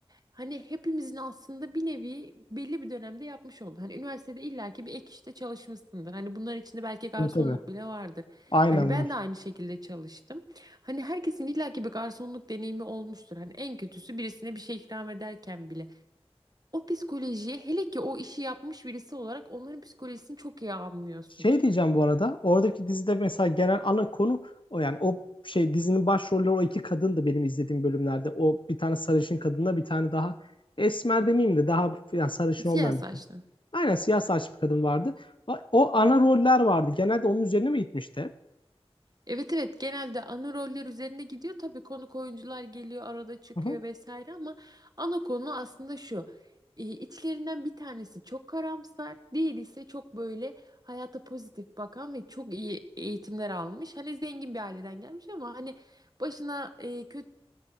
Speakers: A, on the right; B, on the left.
A: hani hepimizin aslında bir nevi belli bir dönemde yapmış oldu. Hani üniversitede illaki bir ek işte çalışmışsındır. Hani bunların içinde belki garsonluk
B: Tabii tabii.
A: bile vardır.
B: Aynen
A: Hani ben
B: var.
A: de aynı şekilde çalıştım. Hani herkesin illaki bir garsonluk deneyimi olmuştur. Hani en kötüsü birisine bir şey ikram ederken bile. O psikolojiye hele ki o işi yapmış birisi olarak onların psikolojisini çok iyi anlıyorsun.
B: Şey diyeceğim bu arada. Oradaki dizide mesela genel ana konu o yani o şey dizinin başrolleri o iki kadın da benim izlediğim bölümlerde. O bir tane sarışın kadınla bir tane daha esmer demeyeyim de daha yani sarışın
A: Siyah
B: olmayan
A: saçlı.
B: bir kadın. Aynen siyah saçlı bir kadın vardı. O, o ana roller vardı. Genelde onun üzerine mi gitmişti?
A: Evet evet genelde ana roller üzerine gidiyor. Tabii konuk oyuncular geliyor arada çıkıyor
B: Hı hı.
A: vesaire ama ana konu aslında şu. E, içlerinden bir tanesi çok karamsar, diğeri ise çok böyle hayata pozitif bakan ve çok iyi eğitimler almış. Hani zengin bir aileden gelmiş ama hani başına e, kötü